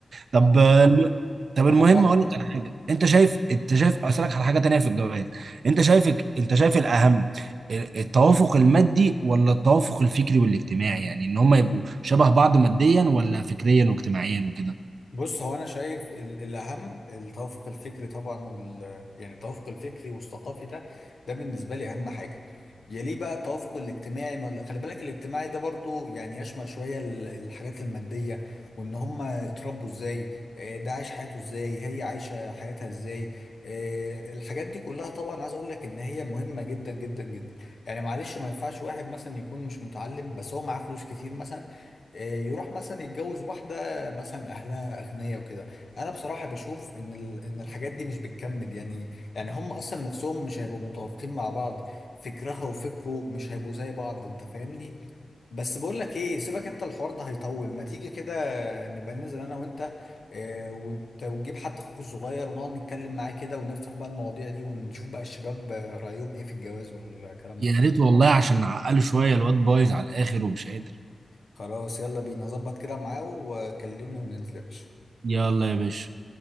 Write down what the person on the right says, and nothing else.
طب
الم- طب
المهم
اقول لك على حاجه انت شايف انت شايف اسالك على حاجه تانية في الجواز انت شايف انت شايف الاهم التوافق المادي ولا التوافق الفكري والاجتماعي يعني ان هم يبقوا شبه بعض ماديا ولا فكريا واجتماعيا وكده
يا
ريت والله عشان نعقله شويه الواد بايظ على الاخر ومش قادر
يلا يا باشا